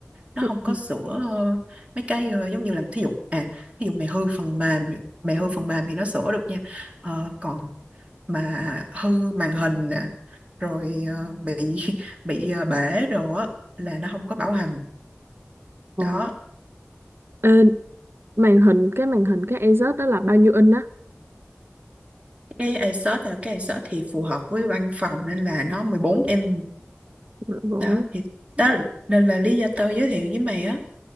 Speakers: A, on the right; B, on the right.
A: nó
B: ừ.
A: không có
B: ừ.
A: sửa ờ, mấy cái ờ, giống như là thí dụ à thí dụ mày hư phần mềm mày hư phần mềm thì nó sửa được nha Ờ, còn mà hư màn hình nè rồi ờ, bị <laughs> bị ờ, bể đồ á là nó không có bảo hành
B: Ồ.
A: đó
B: Ê, màn hình cái màn hình cái Asus đó là bao nhiêu inch á
A: cái Asus là cái Asus thì phù hợp với văn phòng nên là nó 14 inch
B: Bộ-
A: đó thì đó nên là lý do tôi giới thiệu với mày á